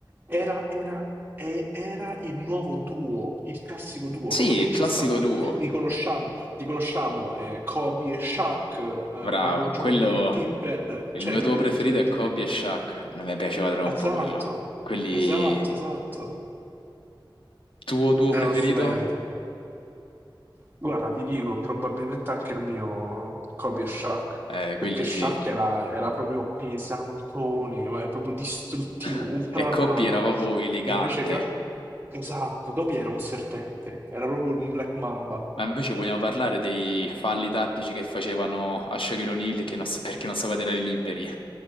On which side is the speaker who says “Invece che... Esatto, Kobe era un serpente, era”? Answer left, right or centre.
Right